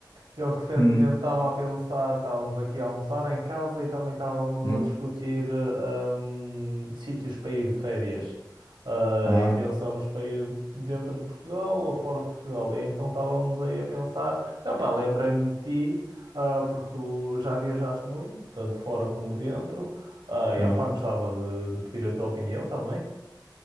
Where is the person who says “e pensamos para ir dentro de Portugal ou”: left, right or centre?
Right